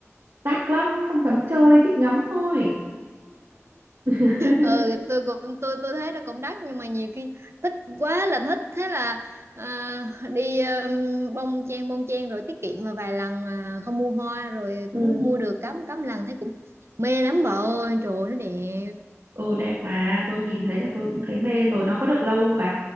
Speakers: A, on the right; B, on the right.
A: đắt lắm không dám chơi thích ngắm thôi <laughs>
B: ừ tôi cũng tôi tôi thấy nó cũng đắt nhưng mà nhiều khi thích quá là thích thế là à, đi um, bông chen bông chen rồi tiết kiệm vào vài lần à, không mua hoa rồi
A: ừ
B: cũng mua được cắm cắm lần thấy cũng mê lắm bà ơi trời ơi, nó đẹp
A: ừ đẹp mà tôi nhìn thấy là tôi cũng thấy mê rồi nó có được lâu không bà